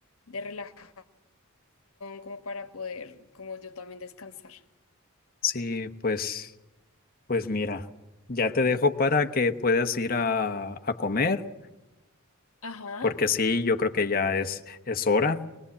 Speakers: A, on the left; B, on the left.
A: de relajación, como para poder, como yo también descansar.
B: sí, pues, pues mira. Ya te dejo para que puedas ir a, a comer
A: Ajá,
B: Porque sí, yo creo que ya es, es hora